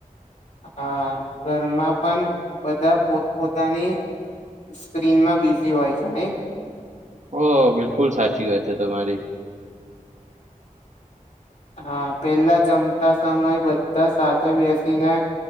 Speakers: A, on the left; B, on the right.
A: હા ઘરમાં પન બધાં પોત પોતાની સ્ક્રીનમાં બિઝી હોય છે નહીં?
B: ઓહ! બિલકુલ સાચી વાત છે તમારી
A: હા પેલા જમતા સમય બધાં સાથે બેસીને